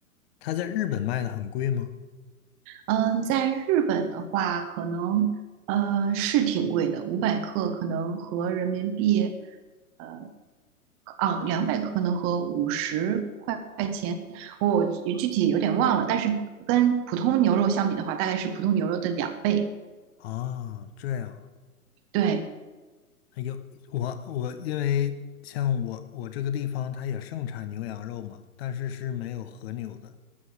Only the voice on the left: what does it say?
它在日本卖的很贵吗？
啊，这样，
哎有我我因为像我我这个地方它也盛产牛羊肉嘛，但是是没有和牛的。